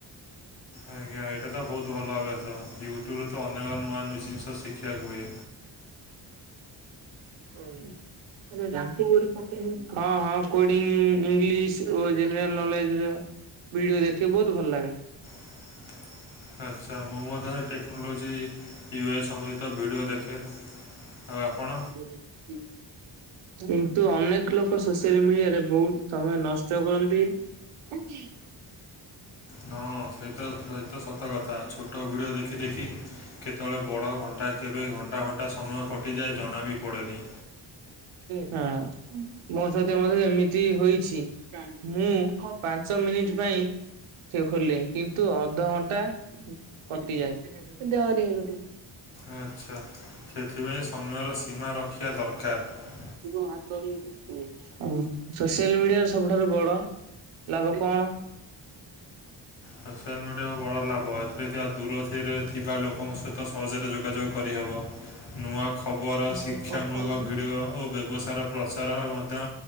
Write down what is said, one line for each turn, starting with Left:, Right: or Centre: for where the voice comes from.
Left: ଆଜ୍ଞା। ଏଇଟା ତ ବହୁତ ଭଲ ଅଭ୍ୟାସ, ୟୁଟ୍ୟୁବରେ ତ ଅନେକ ନୂଆ ନୂଆ ଜିନିଷ ଶିଖିବାକୁ ହୁଏ।
Right: ହଁ ହଁ। ହଁ ହଁ କୋଡିଂ ଇଂଲିଶ ଓ ଜେନେରାଲ ନଲେଜ। ଭିଡିଓ ଦେଖିବ ବହୁତ ଭଲ ଲାଗେ।
Left: <inaudible> ଆଚ୍ଛା ମୁଁ ମଧ୍ୟରେ ଟେକ୍ନୋଲୋଜି, ୟୁ ଆଇ ସମ୍ବନ୍ଧିତ ଭିଡ଼ିଓ ଦେଖେ। ଆଉ ଆପଣ
Right: <unintelligible> କିନ୍ତୁ ଅନେକ ଲୋକ, ସୋସିଆଲ ମିଡିଆରେ ବହୁତ ସମୟ ନଷ୍ଟ କରନ୍ତି। ହୁଁ
Left: ହଁ, ସେ ତ ସେଇ ତ ସତ କଥା। ଛୋଟ ଭିଡିଓ ଦେଖି ଦେଖି କେତେବେଳେ ବଡ଼ ଘଣ୍ଟା, କେବେ ଘଣ୍ଟା ଘଣ୍ଟା ସମୟ କଟିଯାଏ, ଜଣା ବି ପଡ଼େନି।
Right: ହଁ ମୋ ସହିତ ମଧ୍ୟ ଏମିତି ହୋଇଛି। ମୁଁ ପାଞ୍ଚ ମିନିଟ୍ ପାଇଁ ସେ ଖୋିଲ କିନ୍ତୁ ଅଧଘଣ୍ଟା କଟିଯାଏ।
Left: ଆଚ୍ଛା! ସେଥିପାଇଁ, ସମୟର ସୀମା ରଖିବା ଦରକାର।
Right: ସୋସିଆଲ ମିଡିଆର ସବୁଠାରୁ ବଡ଼ ଲାଭ କଣ?
Left: ସୋସିଆଲ୍ ମିଡ଼ିଆକୁ ବଡ଼ ଲାଭ, ଏଥିରେ ଥିବା ଦୂରରେ ଥିବା ଲୋକଙ୍କ ସହିତ ଫଜରେ ଯୋଗାଯୋଗ କରିହେବ। ନୂଆ ଖବର, ଶିକ୍ଷାମୂଳକ
Right: ଠିକ କହିଲ।
Left: ଭିଡ଼ିଓ ଓ ବ୍ୟବସାୟ, ପ୍ରଚାର ମଧ୍ୟ